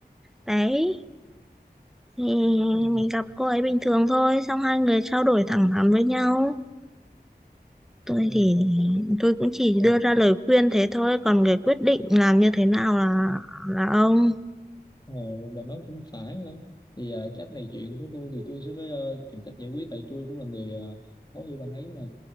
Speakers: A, in the centre; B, on the left.
A: đấy thì
B: ừ.
A: mình gặp cô ấy bình thường thôi xong hai người trao đổi thẳng thắn với nhau tôi
B: Ừ.
A: thì tôi cũng chỉ
B: Ờ,
A: đưa ra lời khuyên thế thôi còn người quyết định làm như thế nào là là ông
B: ờ, bà nói cũng phải ha thì ờ, chắc này chuyện của tôi thì tôi sẽ phải ờ, tìm cách giải quyết tại tôi cũng là người ờ, thấu hiểu bạn ấy mà